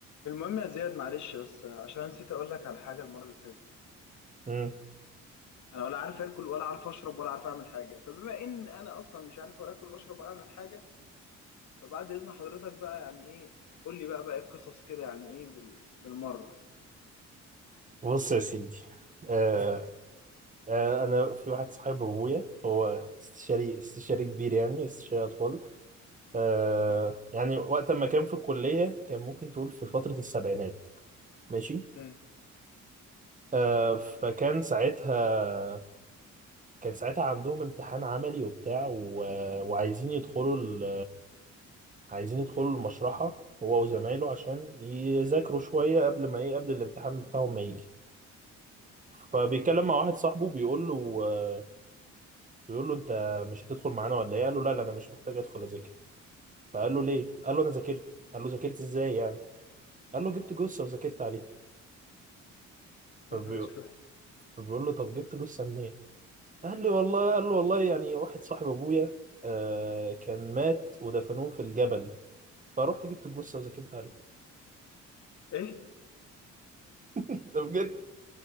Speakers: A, on the left (about 70°); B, on the right (about 25°).
A: المهم يا زياد معلش بس عشان نسيت اقول لك على حاجه المره اللي فاتت
B: مم.
A: انا ولا عارف اكل ولا عارف اشرب ولا عارف اعمل حاجه فبما ان انا اصلا مش عارف ولا اكل ولا اشرب ولا اعمل حاجه فبعد اذن حضرتك بقى يعني ايه قول لي بقى بقى إيه القصص كده يعني ايه بال... بالمره
B: بص يا سيدي آه آه انا في واحد صاحب ابويا هو استشاري استشاري كبير يعني استشاري اطفال آه
A: مم.
B: يعني وقت ما كان في الكليه كان ممكن تقول في فتره السبعينات ماشي
A: مم.
B: آه فكان ساعتها كان ساعتها عندهم امتحان عملي وبتاع و... وعايزين يدخلوا ال... عايزين يدخلوا المشرحه هو وزمايله عشان يذاكروا شويه قبل ما ايه قبل الامتحان بتاعهم ما يجي فبيتكلم مع واحد صاحبه بيقول له آه، بيقول له انت مش هتدخل معانا ولا ايه قال له لا لا انا مش محتاج ادخل اذاكر فقال له ليه قال له انا ذاكرت قال له ذاكرت ازاي يعني قال له جبت جثه وذاكرت عليها فبي-
A: يا نهار اسود
B: فبيقول له طب جبت جثه منين قال لي والله قال له والله يعني واحد صاحب ابويا آه كان مات ودفنوه في الجبل فروحت جبت الجثه وذاكرت عليها
A: ايه
B: <laughs> ده بجد